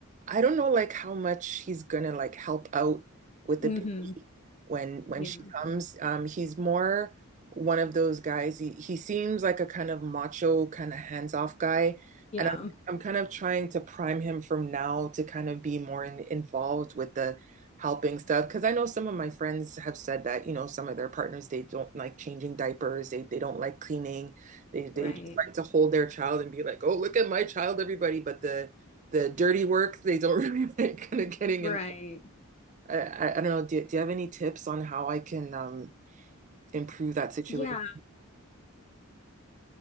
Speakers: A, on the right (about 35°); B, on the left (about 30°).
A: I don't know like how much he's gonna like help out with
B: hmm
A: the baby when when
B: Yeah.
A: she comes. Um, he's more one of those guys. He he seems like a kind of macho, kind of hands-off guy.
B: Yeah.
A: And I'm I'm kind of trying to prime him from now to kind of be more in, involved with the helping stuff. Because I know some of my friends have said that, you know, some of their partners they don't like changing diapers, they they don't like cleaning, they they
B: Right.
A: just like to hold their child and be like, oh, look at my child, everybody. But the the dirty work they don't <laughs> really like kind of getting
B: Right.
A: in. I, I, I don't know. Do, do you have any tips on how I can um improve that situation?
B: Yeah.